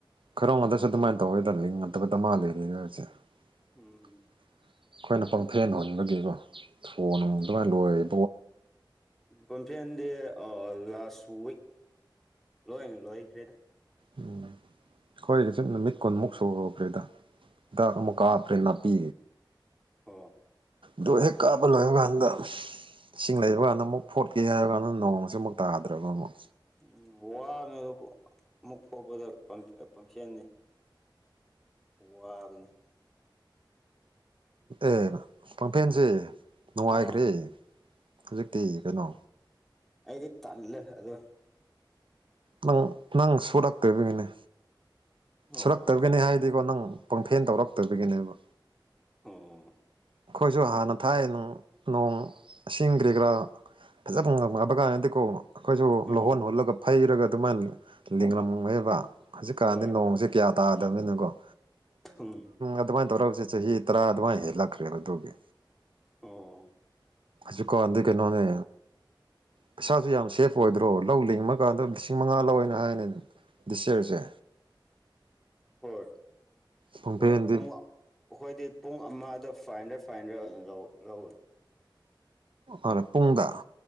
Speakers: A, on the right; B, in the centre.
A: ꯈꯔꯣ ꯉꯇ꯭ꯔꯁꯨ ꯑꯗꯨꯃꯥꯏꯅ ꯇꯧꯔꯒꯗꯜꯂꯤ ꯅꯠꯇꯕꯗ ꯃꯥꯜꯂꯤꯕꯁꯦ ꯑꯩꯈꯣꯏꯅ
B: ꯎꯝ
A: ꯄꯪꯐꯦꯟ ꯍꯨꯟꯕꯒꯤꯀꯣ ꯊꯣꯟ ꯑꯗꯨꯃꯥꯏꯅ ꯂꯣꯏꯔ
B: ꯄꯝꯐꯤꯟꯗꯤ ꯑ ꯂꯥꯁꯨꯏ ꯂꯣꯏ ꯂꯣꯏꯈ꯭ꯔꯦꯗ
A: ꯎꯝ ꯑꯩꯈꯣꯏꯒꯤ ꯁꯨꯝ ꯅꯨꯃꯤꯠ ꯀꯨꯟꯃꯨꯛ ꯁꯨꯍꯈ꯭ꯔꯦꯗ ꯗ ꯃꯨꯀꯥ ꯐꯔꯦꯅ ꯄꯤ
B: ꯍ
A: ꯗ ꯍ ꯀꯥ ꯄꯜꯂ ꯈꯥꯟꯗ ꯏꯁꯤꯡ ꯂꯩꯕ ꯀꯥꯟꯗ ꯑꯃꯨꯛ ꯐꯣꯠꯀꯦ ꯍꯥꯏꯔꯕ ꯀꯥꯟꯗ ꯅꯣꯡꯃꯁꯤ ꯑꯃꯨꯛ ꯇꯥꯗ꯭ꯔꯕꯅ ꯑꯃꯨꯛ
B: ꯎꯝ ꯋꯥꯕꯅꯦ ꯑꯗꯨ ꯑꯃꯨꯛ ꯐꯥꯎꯕꯗ ꯄꯝꯁꯅꯤ ꯋꯥꯕꯅꯤ
A: ꯑꯦ ꯄꯥꯡꯐꯦꯟꯁꯦ ꯅꯨꯡꯉꯥꯏꯈ꯭ꯔꯦ
B: ꯑꯥ
A: ꯍꯧꯖꯤꯛꯇꯤ ꯀꯩꯅꯣ
B: ꯑꯩꯗꯤ ꯇꯜꯂꯦ ꯑꯗꯣ
A: ꯅꯪ ꯅꯪ ꯁꯣ ꯗꯥꯛꯇꯔꯕꯉꯅꯦ
B: ꯑꯣ
A: ꯁꯨꯔꯛꯇꯕꯒꯤꯅꯦ ꯍꯥꯏꯗꯤꯀꯣ ꯅꯪ ꯄꯪꯐꯦꯟ ꯇꯧꯔꯛꯇꯕꯤꯒꯤꯅꯦꯕ
B: ꯑꯣ
A: ꯑꯩꯈꯣꯏꯁꯨ ꯍꯥꯟꯅ ꯊꯥꯏ ꯅꯣꯡ ꯁꯤꯡꯈ꯭ꯔꯤꯒꯔꯥ ꯐꯖꯕꯒꯗꯤ ꯀꯅꯣ ꯑꯩꯈꯣꯏꯁꯨ
B: ꯎꯝ
A: ꯂꯧꯍꯣꯟ ꯍꯣꯜꯂꯒ ꯐꯩꯔꯒ ꯑꯗꯨꯃꯥꯏꯅ ꯂꯤꯡꯡꯂꯝꯃꯦꯦꯕ ꯍꯧꯖꯤꯛꯀꯥꯟꯗꯤ
B: ꯍꯣꯏ
A: ꯅꯣꯡ ꯇꯅꯤꯣ
B: ꯎꯝ
A: ꯑꯗꯨꯃꯅ ꯇꯧꯔꯒ ꯆꯍꯤ ꯇꯔꯥ ꯑꯗꯨꯃꯥꯏꯅ ꯍꯦꯜꯂꯛꯈ꯭ꯔꯦꯕ ꯑꯗꯨꯒꯤ
B: ꯑꯣ
A: ꯆ ꯀꯗꯤ ꯀꯩꯅꯩꯅꯣꯅꯦ ꯄꯩꯁꯥꯁꯨ ꯌꯥꯝ ꯁꯦꯐ ꯑꯣꯏꯗ꯭ꯔꯣ ꯂꯧ ꯂꯤꯡꯉꯀꯥꯟꯗ ꯂꯤꯁꯤꯡ ꯃꯉꯥ ꯂꯧꯦꯅ ꯍꯥꯏꯅꯤ ꯗꯤꯁꯌꯔꯁꯦ
B: ꯍꯣꯏ
A: ꯄꯨꯡꯐꯦꯟꯗꯤ
B: ꯑꯣ ꯄꯨꯡ ꯑꯩꯈꯣꯏꯗꯤ ꯄꯨꯡ ꯑꯃ ꯐꯥꯏꯚ ꯍꯟ꯭ꯔꯦ ꯐꯥꯏꯚ ꯍꯟ꯭ꯔꯦ ꯂ ꯂꯧꯋꯦ
A: ꯑꯔ ꯄꯨꯡꯒꯥ